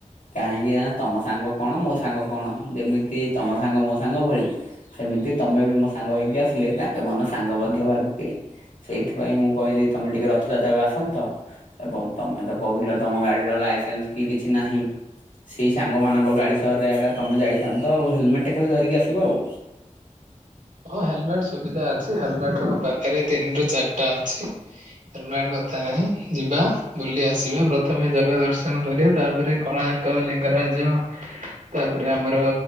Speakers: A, on the left; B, on the right.
A: କାହିଁକି ନା ତମ ସାଙ୍ଗ କଣ, ମୋ ସାଙ୍ଗ କଣ ଯେମିତି ତମ ସାଙ୍ଗ ମୋ ସାଙ୍ଗ ଭଳି ସେମିତି ତମେ ବି ମୋ ସାଙ୍ଗ ହେଇକି ଆସିଲେ ତାଙ୍କେ ମନ ସାଙ୍ଗ ମଧ୍ୟ ଭାବିବେ। ସେଇଥିପାଇଁ ମୁଁ କହିଲି ତମେ ଟିକେ ରଥଯାତ୍ରାକୁୁ ଆସନ୍ତ ଏବଂ ତମେ ତ କହୁଥିଲ ତମ ଗାଡିର ଲାଇସେନ୍ସ କି କିଛି ନାହିଁ। ସେଇ ସାଙ୍ଗମାନଙ୍କ ଗାଡ଼ି ସହରରେ ଏକା ତମେ ଯାଇଥାନ୍ତ ତ ଆଉ ହେଲମେଟ ଖାଲି ଧରିକି ଆସିବ ଆଉ।
B: ହଁ ହେଲମେଟ ସୁବିଧା ଅଛି, ହେଲମେଟ ମୋ ପାଖରେ ତିନି ରୁ ଚାରିଟା ଅଛି। ହେଲମେଟ କଥା ନାହିଁ ଯିବା ବୁଲି ଆସିବା ପ୍ରଥମେ ଜଗା ଦର୍ଶନ କରିବା ତାପରେ କୋଣାର୍କ ଲିଙ୍ଗରାଜ ତାପରେ ଆମର